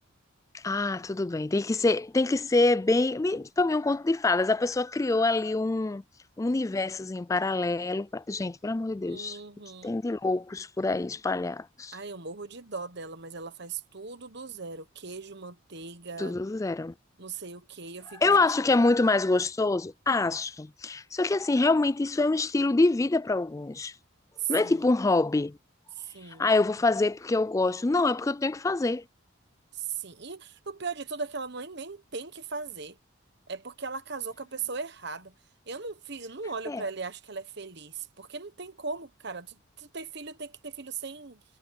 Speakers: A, on the left; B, on the right.
A: Ah, tudo bem. Tem que ser, tem que ser bem. Para mim, é um conto de fadas. A pessoa criou ali um, um universozinho paralelo. pra- Gente, pelo amor de Deus,
B: Uhum.
A: o que tem de loucos por aí espalhados?
B: Ai, eu morro de dó dela, mas ela faz tudo do zero. Queijo, manteiga,
A: Tudo do zero.
B: não sei o quê. E eu fico,
A: Eu
B: gente,
A: acho que é muito mais gostoso? Acho. Só que, assim, realmente isso é um estilo de vida para alguns.
B: sim,
A: Não é tipo um hobby.
B: sim.
A: Ah, eu vou fazer porque eu gosto. Não, é porque eu tenho que fazer.
B: Sim, e o pior de tudo é que ela nem, nem tem que fazer. É porque ela casou com a pessoa errada. Eu não, fi- eu não olho
A: É,
B: pra ela e acho que ela é feliz. Porque não tem como, cara. Tu, tu ter filho, tem que ter filho sem,